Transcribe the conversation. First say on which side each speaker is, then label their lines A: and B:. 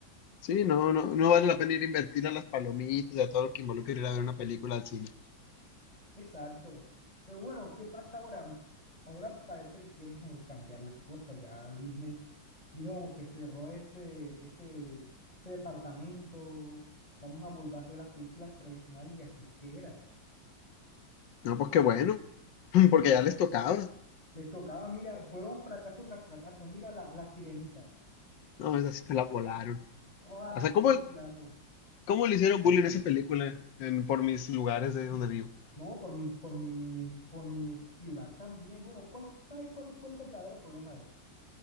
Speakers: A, on the left; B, on the left.
A: Sí, no, no, no vale la pena ir a invertir a las palomitas y a todo lo que involucra ir a ver una película al cine.
B: Exacto. Pero bueno, ¿qué pasa ahora? Ahora parece que quieren como que cambiar las cosas. Ya Disney dijo como que cerró ese, ese, ese departamento. Vamos a volver a hacer las películas tradicionales y así es que era.
A: No, pues qué bueno, porque
B: Sí.
A: ya les tocaba.
B: Les tocaba, mira, fueron fracaso tras fracaso. Mira la, la Sirenita.
A: No, esa sí se la volaron.
B: No, ah,
A: O sea, ¿cómo,
B: sí, claro.
A: cómo le hicieron bullying a esa película en, por mis lugares de donde vivo?
B: No, por mi, por mi, por mi ciudad también. Bueno, ¿cuál, sabe cuál fue el verdadero problema de eso?